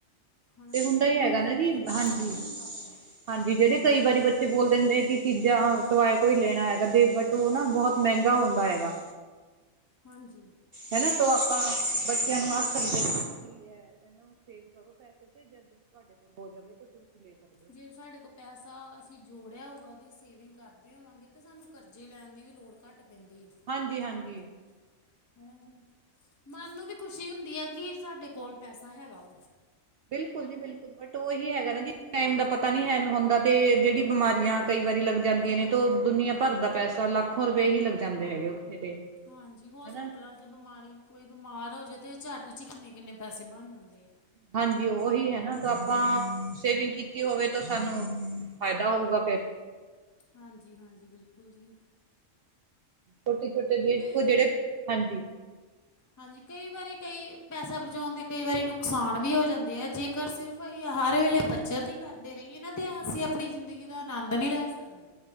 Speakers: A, on the left; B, on the right.
A: ਹਨਾ
B: ਤੇ
A: ਜੀ
B: ਹੁਣ
A: ਕਈ
B: ਦਾ ਇਹ
A: ਟਾਈਮ
B: ਹੈਗਾ
A: ਮੌਕੇ
B: ਨਾ ਕਿ
A: ਤੇ ਪੈਸਾ
B: ਹਾਂਜੀ
A: ਨਹੀਂ ਹੁੰਦਾ ਕੋਲ
B: ਹਾਂਜੀ ਜਿਹੜੇ ਕਈ ਵਾਰੀ ਬੱਚੇ ਬੋਲ ਦਿੰਦੇ ਆ ਕਿ ਚੀਜ਼ਾਂ, ਟੋਆਏ ਕੋਈ ਲੈਣਾ ਹੈਗਾ ਤੇ ਬਟ ਤੇ ਉਹ ਨਾ ਬਹੁਤ ਮਹਿੰਗਾ ਹੁੰਦਾ ਹੈਗਾ।
A: ਹਾਂਜੀ,
B: ਹਨਾ ਤੋ ਆਪਾਂ ਬੱਚਿਆ ਨੂੰ ਆਖ ਸਕਦੇ ਕਿ ਤੁਸੀ ਇਹਨਾਂ ਨੂੰ ਸੇਵ ਕਰੋ ਪੈ ਤੇ ਜਦ ਤੁਹਾਡੇ ਕੋਲ ਹੋ ਜਾਵੇ ਤਾਂ ਤੁਸੀਂ ਲੈ ਸਕਦੇ ਓ।
A: ਜਿਵੇਂ ਸਾਡੇ ਕੋ ਪੈਸਾ ਅਸੀਂ ਜੋੜਿਆ ਹੋਊਗਾ। ਉਹਦੀ ਸੇਵਿੰਗ ਕਰਦੇ ਹੋਵਾਂਗੇ। ਤਾਂ ਸਾਨੂੰ ਕਰਜ਼ੇ ਲੈਣ ਦੀ ਵੀ ਲੋੜ ਘੱਟ ਪੈਂਦੀ ਹੈ।
B: ਹਾਂਜੀ
A: <unintelligible>
B: ਹਾਂਜੀ
A: ਹਨਾ ਜੀ, ਮਨ ਨੂੰ ਵੀ ਖੁਸ਼ੀ ਹੁੰਦੀ ਆ ਕਿ ਸਾਡੇ ਕੋਲ ਪੈਸਾ ਹੈਗਾ ਵਾ।
B: ਬਿਲਕੁਲ ਜੀ ਬਿਲਕੁਲ। ਬਟ ਉਹ ਇਹੀ ਹੈਗਾ ਨਾ ਜੀ ਟਾਈਮ ਦਾ ਪਤਾ ਨੀ ਹੈਗਾ। ਹੁੰਦਾ ਤੇ ਜਿਹੜੀ ਬਿਮਾਰੀਆਂ ਕਈ ਵਾਰੀ ਲੱਗ ਜਾਂਦੀਆਂ ਨੇ। ਤੋਂ ਦੁਨੀਆਂ ਭਰ ਦਾ ਪੈਸਾ ਲੱਖੋ ਰੁਪਏ ਹੀ ਲੱਗ ਜਾਂਦੇ ਹੈਗੇ। ਤੇ
A: ਹਾਂਜੀ ਹੋਸਪਿਟਲਾਂ
B: ਹਨਾ
A: ਚ ਤੇ ਬਿਮਾਰੀ ਕੋਈ ਬਿਮਾਰ ਹੋ ਜਾਵੇ ਤੇ ਝਟ ਚ ਹੀ ਕਿੰਨੇ -ਕਿੰਨੇ ਪੈਸੇ ਬਣ ਜਾਂਦੇ ਆ।
B: ਹਾਂਜੀ ਉਹੀ ਹੈ ਨਾ ਤੋਂ ਆਪਾਂ ਸੇਵਿੰਗ ਕੀਤੀ ਹੋਵੇ ਤੋਂ ਸਾਨੂੰ ਫਾਇਦਾ ਹੋਊਗਾ ਫਿਰ।
A: ਹਾਂਜੀ -ਹਾਂਜੀ ਬਿਲਕੁਲ ਜੀ।
B: ਛੋਟੇ-ਛੋਟੇ ਦੇਖੋ
A: ਤੇ
B: ਜਿਹੜੇ ਹਾਂਜੀ।
A: ਹਾਂਜੀ ਕਈ ਵਾਰੀ ਕਈ ਪੈਸਾ ਬਚਾਉਣ ਦੇ ਕਈ ਵਾਰੀ ਨੁਕਸਾਨ ਵੀ ਹੋ ਜਾਂਦੇ ਆ ਜੇ ਘਰ ਸਿਰਫ ਅਸੀਂ ਹਰ ਵੇਲੇ ਬੱਚਤ ਹੀ ਕਰਦੇ ਰਹੀਏ। ਨਾ ਅਤੇ ਅਸੀਂ ਆਪਣੀ ਜ਼ਿੰਦਗੀ ਦਾ ਆਨੰਦ ਨਹੀਂ ਲੈ ਸਕਦੇ।